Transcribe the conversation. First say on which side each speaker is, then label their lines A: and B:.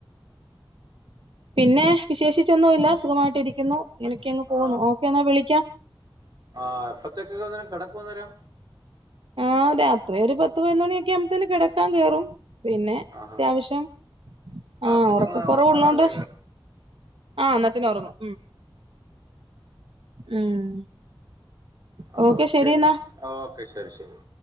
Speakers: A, on the right; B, on the right.
A: പിന്നെ വിശേഷിച്ചൊന്നുമില്ല സുഖമായിട്ടിരിക്കുന്നു ഇങ്ങനക്കെയങ്ങുപോകുന്നു
B: ആ
A: ഓക്കെ എന്നാ വിളിക്കാം
B: ആ എപ്പത്തേക്കക്കന്നേരം കെടക്കും അന്നേരം
A: ആ രാത്രി ഒരു പത്തുപതിനൊന്നു മണിയൊക്കെ ആമ്പത്തേനു കെടക്കാൻ കേറും പിന്നെ
B: ആ
A: അത്യാവശ്യം ആ
B: കുഞ്ഞുങ്ങൾ
A: ഒറക്ക കൊറവൊള്ളോണ്ട്
B: ഉറങ്ങുമോ അന്നേരത്തേക്ക്
A: ആ അന്നാത്തിന് ഒറങ്ങും ഉം ഉം
B: ആ ഓക്കെ
A: ശരി എന്നാ
B: ആ ഓക്കെ ശെരി ശെരി